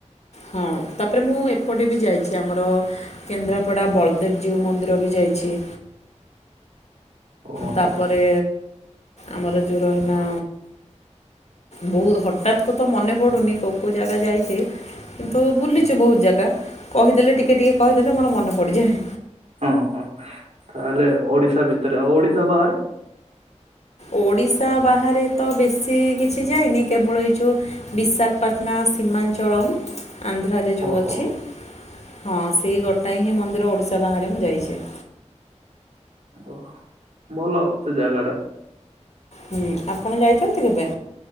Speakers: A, on the left (about 60°); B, on the right (about 65°).
A: ହଁ ତାପରେ ମୁଁ ଏପଟେ ବି ଯାଇଛି ଆମର କେନ୍ଦ୍ରାପଡ଼ା ବଳଦେବଜୀଉ ମନ୍ଦିର ବି ଯାଇଛି।
B: ଓହୋ
A: ତାପରେ ଆମର ଯେଉଁ ରହୀଲା। ବହୁତ ହଠାତକୁ ତ ମନେ ପଡୁନି କୋଉ କୋଉ ଜାଗା ଯାଇଛି। କିନ୍ତୁ ବୁଲିଛି ବହୁତ ଜାଗା କହିଦେଲେ ଟିକେ ଟିକେ କହିଦେଲେ ମୋର ମନେ ପଡ଼ିଯାଏ।
B: ହଁ ହଁ ତାହେଲେ ଓଡିଶା ଭିତରେ ଆଉ ଓଡିଶା ବାହାରେ?
A: ଓଡ଼ିଶା ବାହାରେ ତ ବେଶୀ କିଛି ଯାଇନି କେବଳ ଏଇ ଯୋଉ ବିଶାଖପାଟନା ସୀମାଞ୍ଚଳମ୍ ଆନ୍ଧ୍ର ସେଠାରେ ଯେଉଁ
B: ଓହୋ
A: ଅଛି ହଁ ସେଇ ଗୋଟାଏ ହିଁ ମନ୍ଦିର ଓଡ଼ିଶା ବାହାରେ ମୁଁ ଯାଇଛି।
B: ଓ ଭଲ ସେ ଜାଗା ଟା।
A: ହୁଁ, ଆପଣ ଯାଇଛନ୍ତି କେବେ?